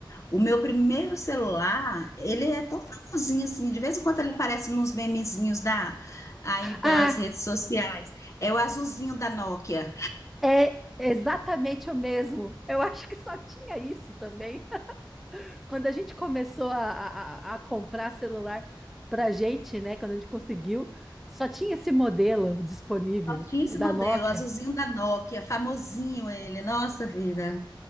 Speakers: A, on the left (about 35°); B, in the centre.
A: O meu primeiro celular, ele é tão famosinho assim. De vez em quando ele aparece nos memezinhos da, aí pelas
B: Ah,
A: redes sociais. É o azulzinho da Nokia.
B: é exatamente o mesmo. Eu acho que só tinha isso também. <laughs> Quando a gente começou a, a, a comprar celular para gente, né? Quando a gente conseguiu, só tinha esse modelo disponível,
A: Tinha
B: o
A: esse
B: da
A: modelo,
B: Nokia.
A: o azulzinho da Nokia, famosinho ele, nossa vida.